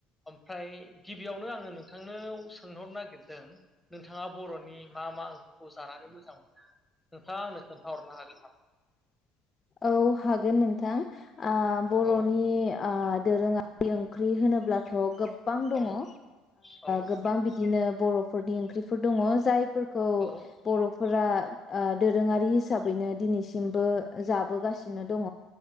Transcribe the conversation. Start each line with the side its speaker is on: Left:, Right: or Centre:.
Centre: ओमफ्राय गिबियावनो आङो नोंथांनोवाव सोंहरनो नागिरदों नोंथाङा बर'नि मा मा ओंख्रिखौ जानानै मोजां मोनो नोंथाङा आंनो खोन्थाहरनो हागोन नामा?
Left: औ हागोन नोंथां। ओ बर'नि
Centre: औ
Left: ओ दोरोङारि ओंख्रि होनोब्लाथ' गो बां दङ
Centre: औ
Left: ओ
Centre: औ
Left: गोबां बिदिनो बर'फोरनि ओंख्रिफोर दङ जायफोर खौ
Centre: औ
Left: बर' फोरा ओ दोरोङारि हिसाबैनो दिनैसिमबो जाबोगासिनो दङ